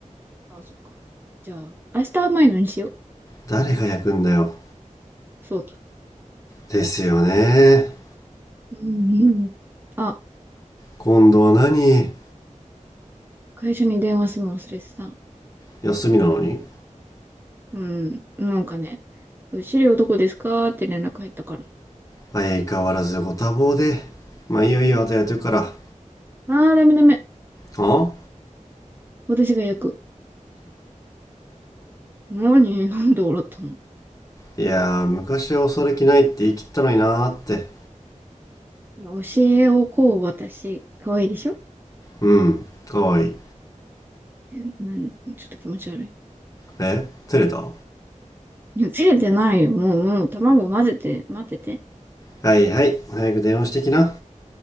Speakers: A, on the right (about 15°); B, on the left (about 25°).
A: ああ、そっか。じゃあ、明日甘いのにしよう。
B: 誰が焼くんだよ
A: そうだ。
B: ですよね
A: うん、うん。あ、
B: 今度は何
A: 会社に電話するの忘れてた。
B: 休みなのに
A: うん、なんかね、資料どこですかって連絡入ったから。
B: 相変わらずご多忙で。まあいいよいいよ、あとやってるから。
A: ああ、ダメダメ。
B: あ
A: 私が焼く。何 <laughs> なんで笑った
B: いやー、昔は恐れ気ないって言い切ったのになーって。
A: の教えをこう私。可愛いでしょ
B: うん、かわいい。
A: え、何ちょっと気持ち悪い。
B: え照れた
A: いや、照れてないよ。もう、もう、卵混ぜて、待ってて。
B: はいはい、早く電話してきな。